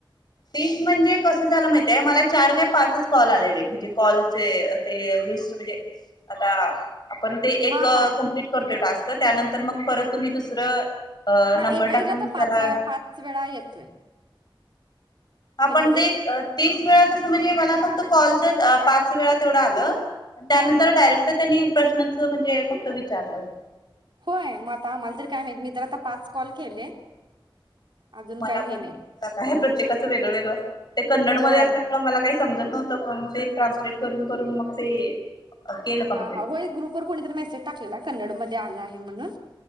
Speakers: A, on the left; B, on the right.
A: तीस म्हणजे कसं झालं माहितय, मला चार काय पाचच कॉल आलेले म्हणजे कॉलचे ते लिस्ट म्हणजे आता आपण ते एक
B: हा हा
A: कंप्लीट करतोय टास्क त्यानंतर मग, परत तुम्ही दुसरं अ
B: हा
A: नंबर
B: एकाच्या
A: टाकून
B: तर
A: त्याला
B: पाच पाच वेळा येतोय.
A: आपण
B: म्हणजे
A: ते
B: एक
A: ती पाच वेळासं म्हणजे मला फक्त कॉलच पाच वेळा तेवढं आलं. त्यानंतर
B: हा हा
A: डायरेक्ट त्यांनी प्रश्नच म्हणजे फक्त विचारलं होत.
B: होय, मग आम्हाला तरी काय माहित, मी तर आता पाच कॉल केले. अजून
A: मलापण
B: काय हे नाही
A: <unintelligible> पण आहे प्रत्येकाचं वेगळं वेगळं, ते कन्नड
B: होय
A: मध्ये असल्यामुळे मला काही समजत नव्हत, पण ते ट्रान्सलेट करून करून मग ते केलं कम्प्लीट.
B: हा.. हा.. हो, एक ग्रुपवर कोणीतरी मेसेज टाकलेला कन्नड मध्ये आला आहे म्हणून,